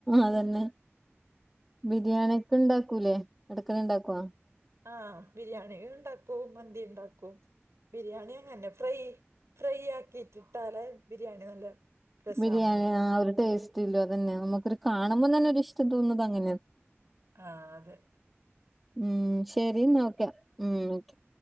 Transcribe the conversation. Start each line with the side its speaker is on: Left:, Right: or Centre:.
Centre: അതന്നെ ബിരിയാണി ഒക്കെ ഉണ്ടാക്കൂലേ ഇടക്കണ ഉണ്ടാക്കുവ
Right: ആ ബിരിയാണി ഉണ്ടാക്കൂ മന്തി ഉണ്ടാക്കൂ ബിരിയാണി അങ്ങന്നെ ഫ്രൈ ഫ്രൈ ആക്കിട്ടിട്ടാലെ ബിരിയാണി നല്ല രസാണ്
Centre: ബിരിയാണി ആ ഒരു ടേസ്റ്റ് ഇല്ലോ അതന്നെ നമുക്കൊരു കാണുമ്പോം തന്നെ ഒ ഇഷ്ടം തോന്നുന്നത് അങ്ങനെയ
Right: ആഹ് അതെ
Centre: ഉ ശരി നോക്ക ഉ ഓക്കെ